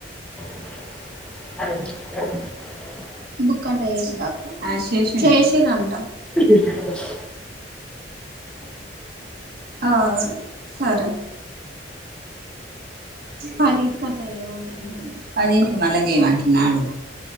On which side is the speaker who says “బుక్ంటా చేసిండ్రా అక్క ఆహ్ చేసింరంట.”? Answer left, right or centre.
Right